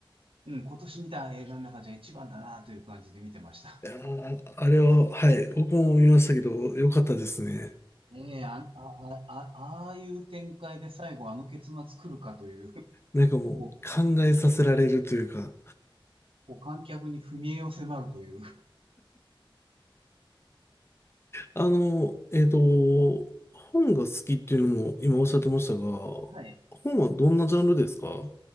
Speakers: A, on the right; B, on the left.
A: うん、今年見た映画の中じゃ一番だなという感じで見てました。
B: いやーあれは、はい、僕も見ましたけど、よかったですね。
A: ええあ、あ、あ、あああいう展開で最後あの結末来るかという、
B: なんかもう、
A: こう、
B: 考えさせられるというか。
A: こう観客に踏み絵を迫るという。
B: あの、えっと、本が好きっていうのも今おっしゃってましたが、
A: はい
B: 本はどんなジャンルですか